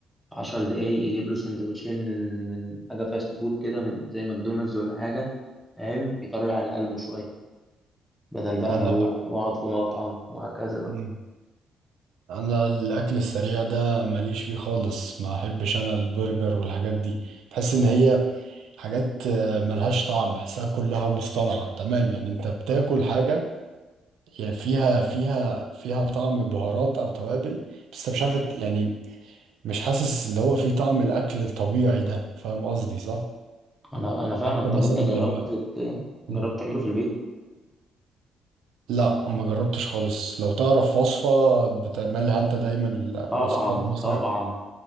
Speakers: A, in the centre; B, on the right.
A: عشر دقايق يجيب له سندوتشين من من حاجة فاست فود كده من زي ماكدونالدز ولا حاجة فاهم يطري على قلبه شوية بدل بقى
B: انا
A: ما أروح وأقعد في مطعم وهكذا بقى
B: مم. انا الاكل السريع ده ماليش فيه خالص ما احبش انا البرجر والحاجات دي بحس ان هي حاجات آه، ملهاش طعم بحسها كلها مصطنعة تمام يعني انت بتاكل حاجة يعني فيها فيها فيها طعم بهارات او توابل بس انت مش عارف ت- يعني مش حاسس اللي هو فيه طعم الاكل الطبيعي ده فاهم قصدي صح؟
A: أنا أنا فاهمك
B: عكس مثلا
A: طب أنت جربت
B: لما
A: ت-
B: مم.
A: جربت تعمله في البيت؟
B: لا ما جربتش خالص لو تعرف وصفة بتعملها انت دايما الوصفات
A: طبعا
B: مثلا
A: طبعا